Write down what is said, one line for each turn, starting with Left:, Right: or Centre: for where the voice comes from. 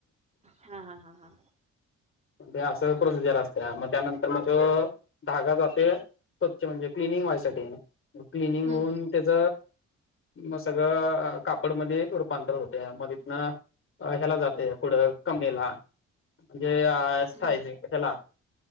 Right: हा हा हा हा
Left: मग असं प्रोसिजर असत्या मग त्यानंतर मग तो, धागा जातोय, स्वच्छ म्हणजे क्लिनिंग व्हायसाठी मग क्लिनिंग
Right: हम्म
Left: होऊन, तेज मग सगळं कापडमध्ये रूपांतर होतया मग तिथ ह्याला जाते पुढे कंपनीला. ते हा सायझिंग
Right: हम्म
Left: हेला.